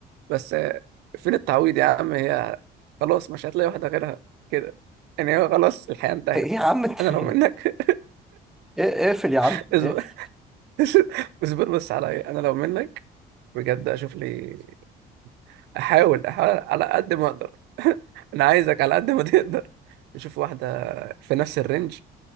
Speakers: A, on the right; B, in the centre.
A: بس آه، فين التعويض يا عم هي خلاص مش هتلاقي واحدة غيرها كده يعني هو خلاص الحياة انتهت
B: <laughs> ايه يا عم انت
A: انا لو
B: <laughs>
A: منك
B: ايه- اقفل يا عم
A: <laughs> اصبر
B: اقفل
A: <laughs> اصبر بس عليا انا لو منك بجد اشوف لي احاول احاول على قد ما اقدر <laughs> انا عايزك على قد ما تقدر نشوف واحده في نفس الرينج